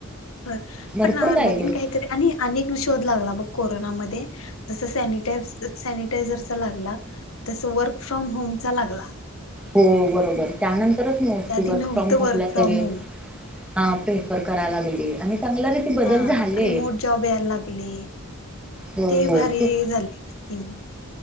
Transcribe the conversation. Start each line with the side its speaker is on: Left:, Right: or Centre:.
Left: पण
Centre: भरपूर काही
Left: नवीन
Centre: गोष्टी
Left: काहीतरी आणि अनेक विष शोध लागला बघ कोरोना मध्ये जस सॅनिटायझ सॅनिटायझरचा लागला. तस वर्क फ्रॉम होम चा लागला.
Centre: हो बरोबर त्यानंतरच मोस
Left: त्याच्या आधी
Centre: वर्क
Left: नव्हतं
Centre: फ्रॉम
Left: वर्क
Centre: होमला
Left: फ्रॉम
Centre: सगळे.
Left: होम
Centre: हा प्रेपर करायला लागला गेली आणि चांगल्या रीती बदल
Left: हा
Centre: झाले
Left: रिमोट जॉब यायला लागली
Centre: होय
Left: ते
Centre: होय
Left: भारी
Centre: खूप
Left: झाले स्कीम